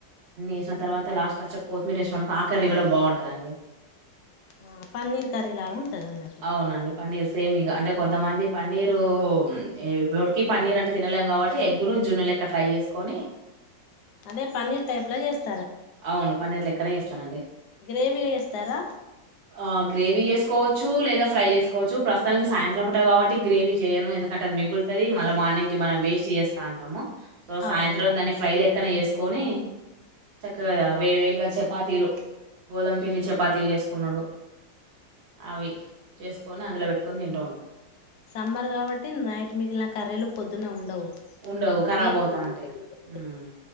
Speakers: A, on the right; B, on the left.
A: ఏసిన తర్వాత లాస్ట్ వచ్చే కొత్తిమీర ఏసినావ్ అనుకో ఆ కర్రీ కూడా బాగుంటదండి.
B: ఆ పన్నీర్ కర్రీ లాగా ఉంటది.
A: అవునండి పన్నీర్ సేమ్ ఇగ, అంటే కొంతమంది పన్నీరు ఇప్పటికిీ పన్నీర్ అంటే తినలేము కాబట్టి ఎగ్గును జున్ను లేక ట్రై చేసుకొని.
B: అదే పన్నీర్ టైప్ లో చేస్త
A: అవును! పన్నీర్ లెక్కనే చేస్తానండి
B: గ్రేవీగా చేస్తారా
A: ఆ గ్రేవీ చేసుకోవచ్. చ్చు లేదా ఫ్రై చేసుకోవచ్చు ప్రస్తుతానికి సాయంత్రం పుట్టా కాబటి గ్రేవీ చేయను. ఎందుకంటే అది మిగులుతాది, మళ్ళా మార్నింగ్ కి మనం వేస్ట్ చేస్తా ఉంటాము. సో
B: అవునవును
A: సాయంత్రం దాని ఫ్రైలెక్ క్కనే చేసుకొని. చక్కగా వేడివేడిగా చపాతీలు, గోధుమ పిండి చపాతీలు చేసుకునుడు, అవి చేసుకొని అందులో పెట్టుకొని తింటూ ఉంటాం.
B: సమ్మర్ కాబట్టి నైట్ మిగిలిన కర్రీలు పొద్దున్న ఉండవు
A: ఉండవు కరాబ్
B: వేస్ట్
A: అవుతాంటాయ్. హ్మ్!